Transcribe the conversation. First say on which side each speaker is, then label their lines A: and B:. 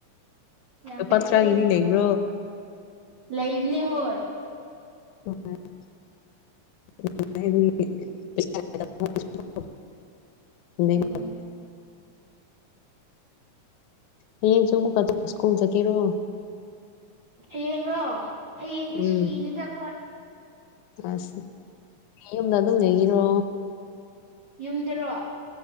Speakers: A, on the right (about 50°); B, on the left (about 75°).
A: ꯌꯥꯝ
B: ꯂꯨꯄꯥ
A: ꯐꯩꯌꯦ
B: ꯇꯔꯥꯒꯤꯗꯤ ꯂꯩꯕ꯭ꯔꯣ
A: ꯂꯩꯕꯅꯦ ꯍꯣꯏ
B: <unintelligible> <unintelligible>
A: ꯎꯝ
B: ꯍꯌꯦꯡꯁꯨ ꯑꯃꯨꯛꯀꯥꯖꯨ ꯁ꯭ꯀꯨꯜ ꯆꯠꯀꯦꯔꯣ
A: ꯍꯌꯦꯡꯔꯣ ꯍꯌꯦꯡꯗꯤ
B: ꯎꯝ
A: ꯁꯨꯇꯤꯅꯤꯗ ꯑꯈꯣꯏ
B: ꯑꯁ ꯅꯌꯨꯝꯗ ꯑꯗꯨꯝ ꯂꯩꯒꯤꯔꯣ
A: ꯌꯨꯝꯗꯔꯣ